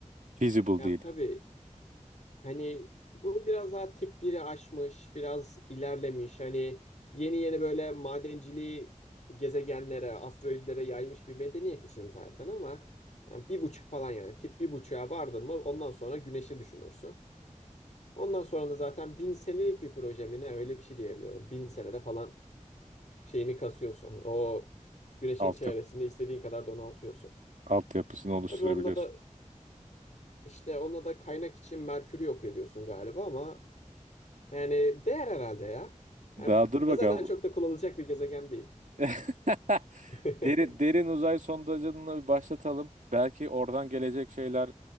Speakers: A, on the right; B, on the left.
A: Feasible
B: Ya
A: değil.
B: tabii Hani bu biraz daha tip biri aşmış, biraz ilerlemiş. Hani yeni yeni böyle madenciliği gezegenlere, asteroidlere yaymış bir medeniyet için zaten ama yani bir buçuk falan yani tip bir buçuğa vardın mı ondan sonra güneşi düşünürsün. Ondan sonra da zaten bin senelik bir proje mi ne öyle bir şey diyebiliyorum. Bin senede falan şeyini kasıyorsun. O güneşin
A: Altyapı,
B: çevresini istediğin kadar donaltıyorsun.
A: altyapısını oluşturabiliyorsun.
B: Tabii onda da işte onda da kaynak için Merkür'ü yok ediyorsun galiba ama Yani değer herhalde ya.
A: Daha
B: Yani
A: dur bakalım.
B: zaten çok da kullanılacak bir gezegen değil.
A: <laughs>
B: <laughs>
A: Derin, derin uzay sondajını bir başlatalım. Belki oradan gelecek şeyler